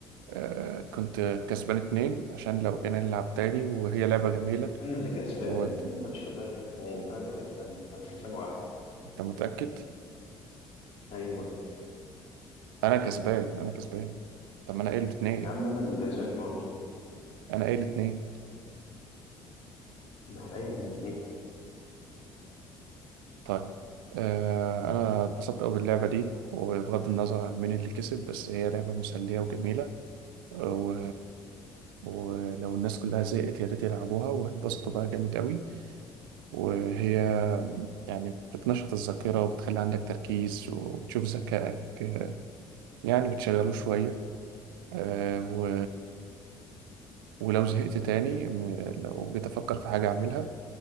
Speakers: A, on the right; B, on the left.
A: آه، كنت كسبان اتنين عشان لو جينا نلعب تاني وهي لعبة جميلة
B: أنا اللي كسبان
A: وانت
B: أنت مش كسبان اتنين أنا اللي كسبان أنا كسبان واحد
A: متأكد
B: أيوه
A: انا كسبان انا كسبان طب ما انا قايل اتنين
B: يا عم أنا اللي كسبان بقول
A: انا قايل اتنين
B: مع العيل الاتنين
A: طيب آه انا اتبسطت قوي باللعبه دي وبغض النظر عن مين اللي كسب بس هي لعبه مسليه وجميله و... ولو الناس كلها زهقت يا ريت يلعبوها واتبسطوا بقى جامد قوي وهي يعني بتنشط الذاكره وبتخلي عندك تركيز وبتشوف ذكائك آه، يعني بتشغله شويه آه و... ولو زهقت تاني م- لو جيت افكر في حاجه اعملها